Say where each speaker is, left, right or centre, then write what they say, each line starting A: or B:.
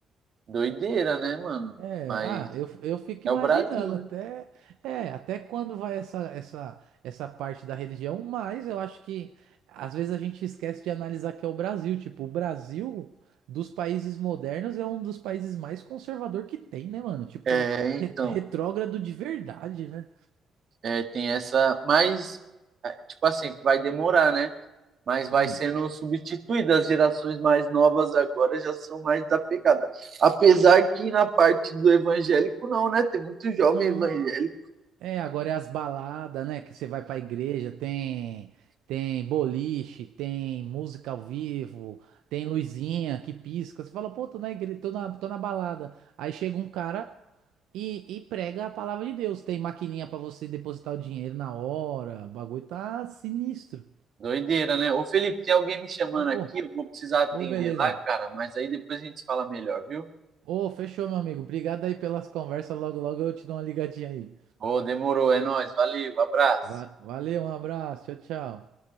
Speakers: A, on the right (about 55°); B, on the right (about 80°).
A: Doideira, né, mano?
B: É,
A: Mas
B: ah, eu, eu fico
A: é
B: imaginando
A: o Brasil, né?
B: até, é, até quando vai essa, essa, essa parte da religião, mas eu acho que às vezes a gente esquece de analisar que é o Brasil. Tipo, o Brasil, dos países modernos, é um dos países mais conservador que tem, né, mano? Tipo,
A: É,
B: é re-
A: então.
B: retrógrado de verdade, né?
A: É, tem essa, mas é, tipo assim, vai demorar, né? Mas vai
B: Hum.
A: sendo substituída. As gerações mais novas agora já são mais desapegadas. Apesar que na parte do evangélico não, né? Tem muito jovem
B: Não.
A: evangélico.
B: É, agora é as baladas, né? Que você vai pra igreja, tem tem boliche, tem música ao vivo, tem luzinha que pisca. Você fala, pô, tô na igreja, tô na, tô na balada. Aí chega um cara e, e prega a palavra de Deus. Tem maquininha pra você depositar o dinheiro na hora. O bagulho tá sinistro.
A: Doideira, né? Ô Felipe, tem alguém me chamando
B: Ô,
A: aqui, eu vou precisar atender
B: ô, beleza.
A: lá, cara, mas aí depois a gente fala melhor, viu?
B: Ô, fechou, meu amigo. Obrigado aí pelas conversas. Logo, logo eu te dou uma ligadinha aí.
A: Ô, demorou, é nóis, valeu, abraço.
B: Va- Valeu, um abraço. Tchau, tchau.